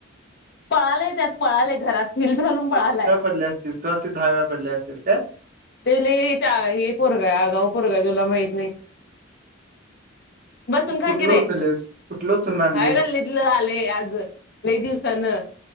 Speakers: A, on the left; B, on the right.
A: पळाला त्यात पळालाय घरात हिल्स घालून पळालाय.
B: <unintelligible> तो अस दहा वेळ पडले असतेस काय?
A: ते हे पोरगय आगाव पोरगय तुला माहित नाही. बसून
B: कुठलं
A: खकीि रे
B: उचललेस कुठलं उचलून आणलीस
A: हाय गल्ली आले आज वही दिवसान